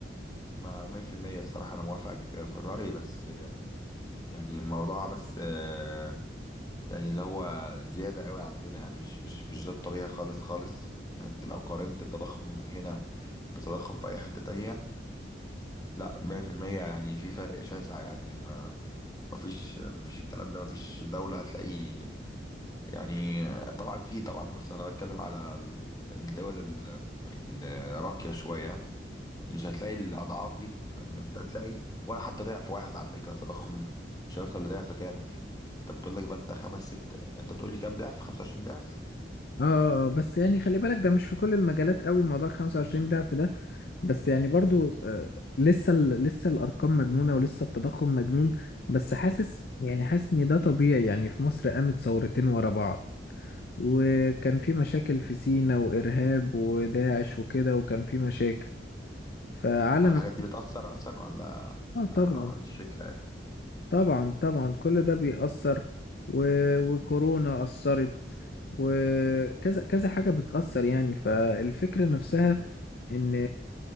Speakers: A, on the left; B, on the left.
A: مع 100% الصراحة أنا موافقك في الرأي بس آه، يعني الموضوع بس آه، يعني اللي هو زيادة قوي عندنا يعني مش مش مش ده الطبيعي خالص خالص يعني أنت لو قارنت التضخم هنا بتضخم في أي حتة تانية لا 100% يعني في فرق شاسع يعني ما ما فيش ما فيش الكلام ده ما فيش دولة هتلاقيه يعني آه، طبعا في طبعا بس أنا بتكلم على ال- الدول ال- الراقية شوية مش هتلاقي الأضعاف دي يعني أنت هتلاقي ولا حتى ضعف واحد على فكرة التضخم مش هيوصل لضعف كامل أنت بتقول لك بقى أنت خمس ست أنت بتقول لي كام ضعف 25 ضعف
B: اه آه، آه، بس يعني خلي بالك ده مش في كل المجالات قوي موضوع 25 ده في ده بس يعني برضو آه لسه ال- لسه الارقام مجنونة ولسه التضخم مجنون بس حاسس يعني حاسس ان ده طبيعي يعني في مصر قامت ثورتين ورا بعض وكان في مشاكل في سينا وارهاب وداعش وكده وكان في مشاكل فعلم
A: هل الحاجات دي بتأثر أصلا ولا
B: اه طبعا
A: أنا ما ما عنديش فكرة يعني.
B: طبعا طبعا كل ده بيأثر و... وكورونا أثرت وكذا كذا حاجة بتأثر يعني فالفكرة نفسها إن